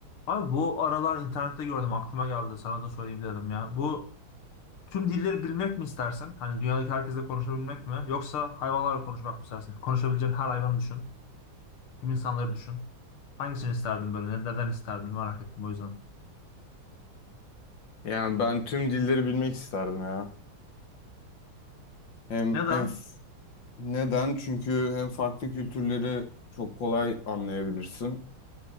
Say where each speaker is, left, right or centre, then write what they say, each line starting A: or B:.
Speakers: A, on the left (about 75°); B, on the left (about 60°).
A: Abi bu aralar internette gördüm aklıma geldi sana da söyleyeyim dedim ya. Bu tüm dilleri bilmek mi istersin? Hani dünyadaki herkesle konuşabilmek mi? Yoksa hayvanlarla konuşmak mı istersin? Konuşabileceğin her hayvanı düşün. Tüm insanları düşün. Hangisini isterdin böyle? Ne- Neden isterdin? Merak ettim o yüzden.
B: Yani ben tüm dilleri bilmek isterdim ya. Hem,
A: Neden?
B: hem f- neden? Çünkü hem farklı kültürleri çok kolay anlayabilirsin.